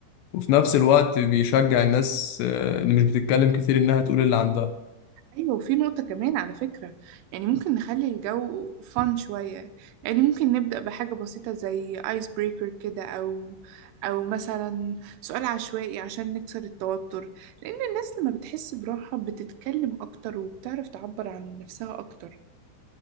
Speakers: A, on the left (about 75°); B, on the right (about 80°).
A: وفي نفس الوقت بيشجع الناس آه، اللي مش بتتكلم كتير انها تقول اللي عندها
B: أيوة وفي نقطة كمان على فكرة يعني ممكن نخلي الجو فان شوية يعني ممكن نبدأ بحاجة بسيطة زي ايس بريكر كده أو أو مثلا سؤال عشوائي عشان نكسر التوتر لأن الناس لما بتحس براحة بتتكلم أكتر وبتعرف تعبر عن نفسها أكتر